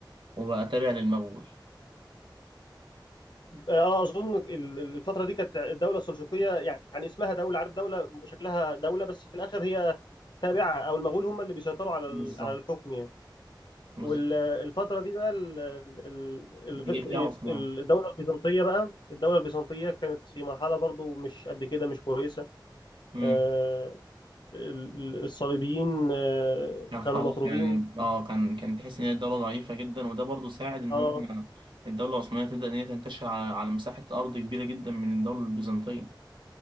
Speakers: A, on the right; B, on the left.
A: وبقى تابع للمغول
B: اه آه، اظن ال- الفتره دي كانت الدوله السلجوقيه يعني اسمها دوله عارف دوله شكلها دوله بس في الاخر هي تابعه او المغول هم اللي بيسيطروا على
A: بالظبط
B: ال- على الحكم يعني
A: بالظبط
B: والفتره دي بقى ال- ال-
A: جه
B: ال- في-
A: فيها عثمان
B: في- الدوله البيزنطيه بقى الدوله البيزنطيه كانت في مرحله برضو مش قد كده مش كويسه
A: امم
B: آه، ال- الصليبيين آه،
A: كان خلاص
B: كانوا مطرودين
A: يعني اه كان كان تحس ان هي الدولة ضعيفة جدا وده برضو ساعد ان
B: اه
A: هم الدولة العثمانية تبدأ ان هي تنتشر على على مساحة أرض كبيرة جدا من الدولة البيزنطية